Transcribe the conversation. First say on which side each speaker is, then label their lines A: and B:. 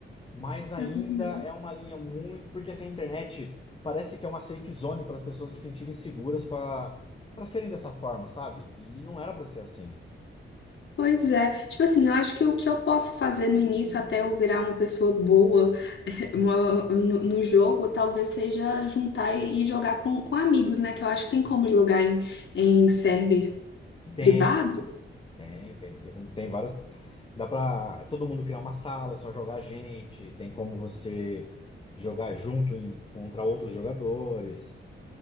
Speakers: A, on the left (about 25°); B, on the left (about 70°).
A: mas ainda
B: Uhum.
A: é uma linha muito. Porque assim, a internet parece que é uma safe zone para as pessoas se sentirem seguras para para serem dessa forma, sabe? E não era para ser assim.
B: Pois é. Tipo assim, eu acho que o que eu posso fazer no início, até eu virar uma pessoa boa <laughs> uma- no, no jogo, talvez seja juntar e, e jogar com, com amigos, né? Que eu acho que tem como jogar em, em server
A: Tem,
B: privado.
A: tem, tem, tem como tem várias. Dá para todo mundo criar uma sala, é só jogar gente, tem como você jogar junto em- contra outros jogadores.